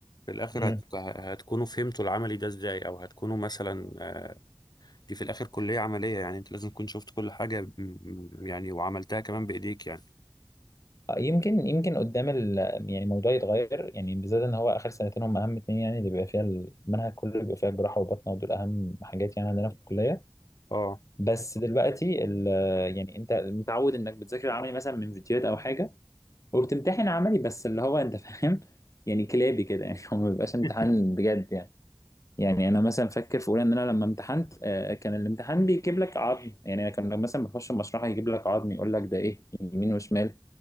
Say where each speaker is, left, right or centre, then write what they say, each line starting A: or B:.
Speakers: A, on the left; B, on the left.
A: في الاخر
B: مم.
A: هت... هتكونوا فهمتوا العملي ده ازاي او هتكونوا مثلا آه، دي في الاخر كلية عملية يعني انت لازم تكون شفت كل حاجة م- م- يعني وعملتها كمان بايديك يعني
B: آه، يمكن يمكن قدام ال... يعني الموضوع يتغير يعني بالذات إن هو آخر سنتين هم أهم اتنين يعني اللي بيبقى فيها المنهج كله بيبقى فيها جراحة وبطنة ودول أهم حاجات يعني عندنا في الكلية
A: اه
B: بس دلوقتي ال... يعني أنت متعود إنك بتذاكر العملي مثلا من فيديوهات أو حاجة وبتمتحن عملي بس اللي هو انت <laughs> فاهم يعني كلابي كده يعني <laughs> هو ما بيبقاش امتحان
A: <laughs>
B: بجد يعني يعني انا مثلا فاكر في اولى ان انا لما امتحنت آه، كان الامتحان بيجيب لك عظم يعني انا كان مثلا بخش المشرحه يجيب لك عظم يقول لك ده ايه يمين وشمال